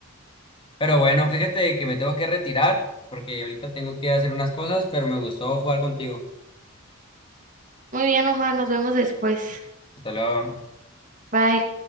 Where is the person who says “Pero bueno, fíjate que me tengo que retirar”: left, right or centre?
Left